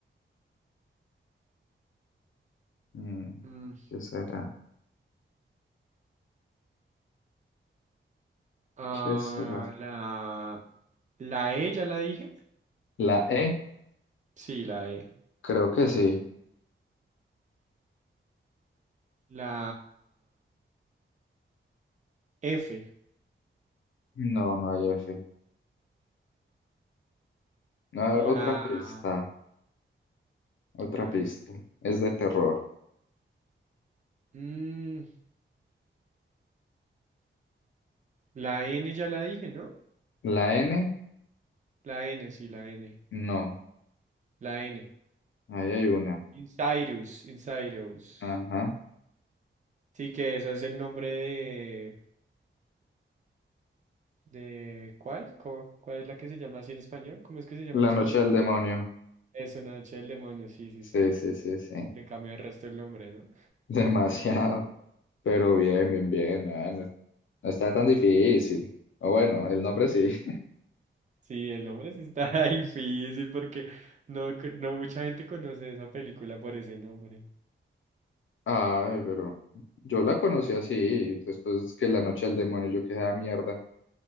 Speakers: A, on the left; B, on the right.
A: Mm,
B: mm,
A: ¿Qué será?
B: ah,
A: ¿Qué será?
B: la, la E ya la dije.
A: ¿La E?
B: Sí, la E.
A: Creo que sí.
B: La F.
A: No, no hay F. No,
B: La...
A: otra pista. Otra
B: A ver.
A: pista. Es de terror.
B: mm, la N ya la dije, ¿no?
A: ¿La N?
B: La N, sí, la N.
A: No.
B: La N.
A: Ahí hay una.
B: Insidious. Insidious.
A: Ajá.
B: Sí, que eso es el nombre de... de ¿cuál? Co- ¿Cuál es la que se llama así en español? ¿Cómo es que se llama
A: La
B: en español?
A: noche del demonio.
B: Eso, la noche del demonio, sí, sí,
A: Sí,
B: sí.
A: sí, sí, sí.
B: Le cambió el resto el nombre, ¿no?
A: <laughs> Demasiado. Pero bien, bien, bien. Ah, no, no está tan difícil. O bueno, el nombre sí.
B: <laughs>
A: <laughs>
B: Sí, el nombre sí está <laughs> difícil porque no, cre- no mucha gente conoce esa película por ese nombre.
A: Ay, pero yo la conocí así. Después que la noche del demonio yo quedé a mierda.